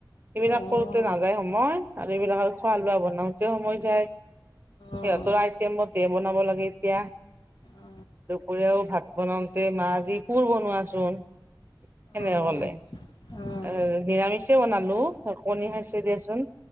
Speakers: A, on the right; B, on the left.
A: এইবিলাক
B: অঁ
A: কৰ নাযায় সময় আৰু এইবিলাক আৰু খোৱা লোৱা বনাওঁতে সময় যায়।
B: অঁ
A: সিহঁতৰ আইটেম মতে বনাব লাগে এতিয়া।
B: অঁ
A: দুপৰীয়াও ভাত বনাওঁতে, মা যি কোৰ বনোৱাচোন। সেনে
B: অঁ
A: কলে।
B: অঁ
A: এ, নিৰামিচেই বনালোঁ কণী খাইছে দিয়াচোন।